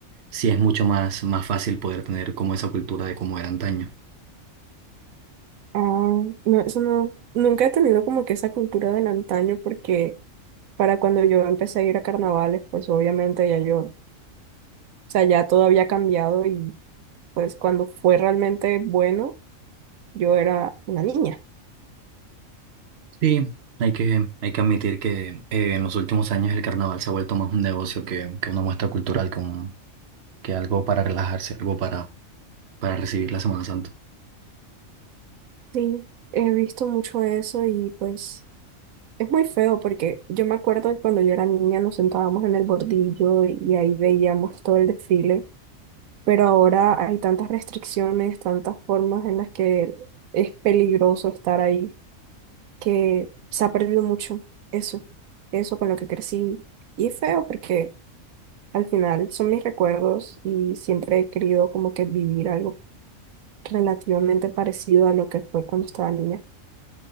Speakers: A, on the right; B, on the right.
A: sí es mucho más, más fácil poder tener como esa cultura de cómo era antaño.
B: Ah, no, eso no, nunca he tenido como que esa cultura del antaño porque para cuando yo empecé a ir a carnavales, pues obviamente ya yo, o sea, ya todo había cambiado y pues cuando fue realmente bueno, yo era una niña.
A: Sí, hay que, hay que admitir que eh, en los últimos años el carnaval se ha vuelto más un negocio que, que una muestra cultural, que, un- que algo para relajarse, algo para, para recibir la Semana Santa.
B: Sí, he visto mucho eso y pues es muy feo porque yo me acuerdo que cuando yo era niña nos sentábamos en el bordillo y, y ahí veíamos todo el desfile, pero ahora hay tantas restricciones, tantas formas en las que es peligroso estar ahí, que se ha perdido mucho eso, eso con lo que crecí. Y es feo porque al final son mis recuerdos y siempre he querido como que vivir algo relativamente parecido a lo que fue cuando estaba niña.